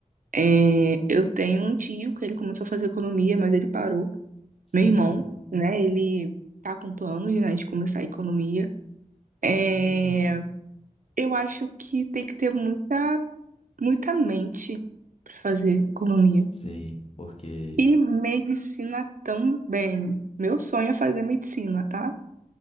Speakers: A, on the right (about 80°); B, on the left (about 50°).
A: é, eu tenho um tio que ele começou a fazer economia, mas ele parou.
B: Sério?
A: Meu irmão, né? Ele tá com planos, né, de começar a economia. É,
B: Não.
A: Eu acho que tem que ter muita, muita mente para fazer economia.
B: Sim, porque.
A: E medicina também. Meu sonho é fazer medicina, tá?